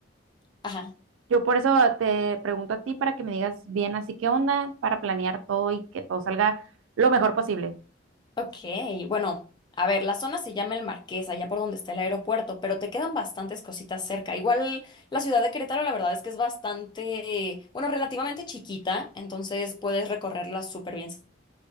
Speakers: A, on the left; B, on the right.
A: Ajá.
B: yo por eso te pregunto a ti para que me digas bien así qué onda, para planear todo y que todo salga lo mejor posible.
A: Ok, bueno, a ver, la zona se llama El Marqués, allá por donde está el aeropuerto, pero te quedan bastantes cositas cerca. Igual la ciudad de Querétaro, la verdad es que es bastante, bueno, relativamente chiquita, entonces puedes recorrerla súper bien sin